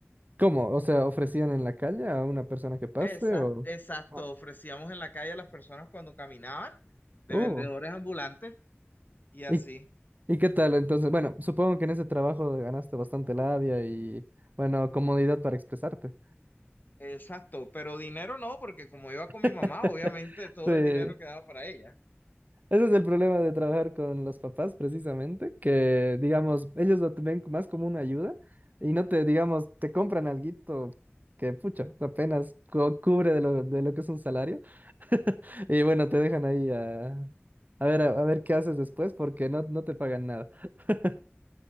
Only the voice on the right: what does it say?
¿Cómo? O sea, ¿ofrecían en la calle a una persona que pase
o...?
Ah.
Uh,
¿y, y qué tal? Entonces, bueno, supongo que en ese trabajo ganaste bastante labia y, bueno, comodidad para expresarte.
<laughs>
Sí, ese
es el problema de trabajar con los papás, precisamente, que, digamos, ellos lo ven más como una ayuda y no te, digamos, te compran alguito que, pucha, apenas cu- cubre de lo, de lo que es un salario y, bueno, te dejan ahí a, a ver, a, ver qué haces después porque no, no te pagan nada. <laughs>